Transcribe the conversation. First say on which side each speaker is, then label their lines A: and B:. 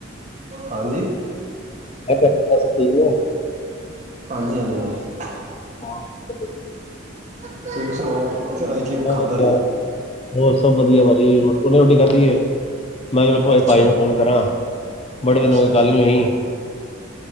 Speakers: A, on the right; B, on the left.
A: ਹਾਂਜੀ।
B: <unintelligible>
A: ਹਾਂਜੀ-ਹਾਂਜੀ-ਹਾਂਜੀ।
B: ਹਾਂ ਕੀ ਕਰਦੇ <inaudible>
A: ਤੁਸੀਂ ਸੁਣਾਓ? ਚਾਏ ਚੀਵ
B: ਸਭ
A: ਖਾਧਾ
B: ਵਧੀਆ
A: ਸੀਗਾ।
B: ਹੋਰ ਸਭ ਵਧੀਆ ਵਾਜੀ ਹੁਣੇ ਰੋਟੀ ਖਾਧੀ ਹੈ। ਮੈਂ ਕਿਹਾ ਚਲੋ
A: ਅੱਛਾ
B: ਭਾਜੀ ਨੂੰ ਫੋਨ ਕਰਾਂ ਬੜੇ ਦਿਨ
A: ਅੱਛਾ
B: ਹੋਏ
A: ਅੱਛਾ
B: ਗੱਲ ਨੀ ਹੋਈ